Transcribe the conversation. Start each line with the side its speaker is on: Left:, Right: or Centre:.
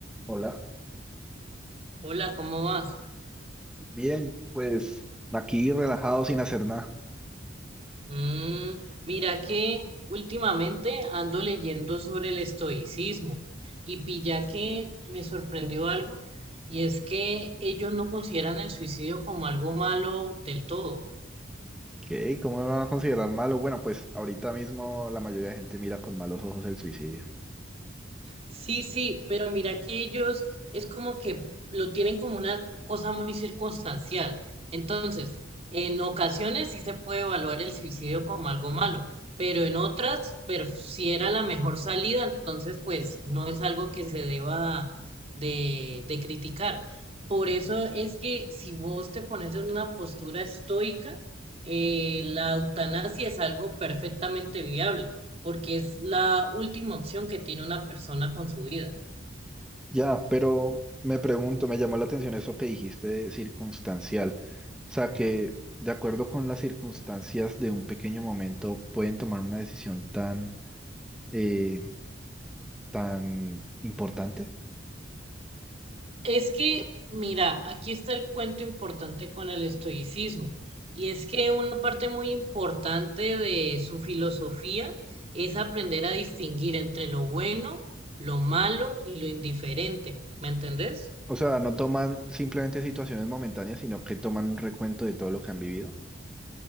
Centre: Hola.
Right: Hola, ¿cómo vas?
Centre: Bien, pues aquí relajado sin hacer nada.
Right: Mm, mira que últimamente ando leyendo sobre el estoicismo y pilla que me sorprendió algo y es que ellos no consideran el suicidio como algo malo del todo.
Centre: ¿Qué? ¿Cómo lo van a considerar malo? Bueno, pues ahorita mismo la mayoría de gente mira con malos ojos el suicidio.
Right: Sí, sí, pero mira que ellos es como que lo tienen como una cosa muy circunstancial. Entonces, en ocasiones sí se puede evaluar el suicidio como algo malo, pero en otras, pero si era la mejor salida, entonces pues no es algo que se deba de, de criticar. Por eso es que si vos te pones en una postura estoica, eh, la eutanasia es algo perfectamente viable porque es la última opción que tiene una persona con su vida.
Centre: Ya, pero me pregunto, me llamó la atención eso que dijiste de circunstancial. O sea, que de acuerdo con las circunstancias de un pequeño momento pueden tomar una decisión tan, eh, tan importante.
Right: Es que, mira, aquí está el cuento importante con el estoicismo, y es que una parte muy importante de su filosofía es aprender a distinguir entre lo bueno, lo malo y lo indiferente, ¿me entendés?
Centre: O sea, no toman simplemente situaciones momentáneas, sino que toman un recuento de todo lo que han vivido.